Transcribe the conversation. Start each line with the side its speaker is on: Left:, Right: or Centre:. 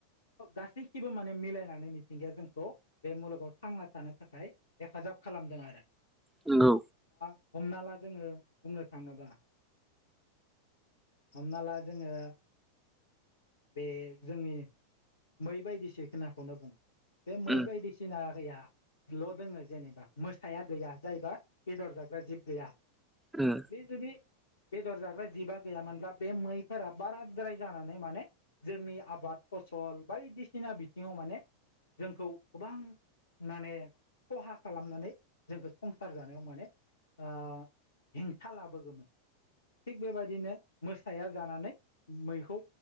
Left: गासैखिबो माने मिलायनानै मिथिंगाया जोंखौ बे मुलुगाव थांना थानो थाखाय हेफाजाब खालामदों आरो
Centre: नोंगौ
Left: हमनाला जोङो बुंनो थाङोबा हमनाला जोङो बे जोंनि मै बायदिसि खोनाखौनो बुङो बे मै
Centre: उम
Left: बायदिसिनायाल' दोङो जेनेबा मोसाया गैया जायबा बेदर जाग्रा जिब गैया
Centre: उम
Left: बे जुदि बेदर जाग्रा जिबा गैयामोनब्ला बे मैफोरा बाराद्राय जानानै माने जोंनि आबाद फसल बायदिसिना बिथिङाव माने जोंखौ गोबां माने खहा खालामनानै जोंखौ संसार जानायाव माने ओ हेंथा लाबोगौमोन। थिग बेबायदिनो मोसाया जानानै मैखौ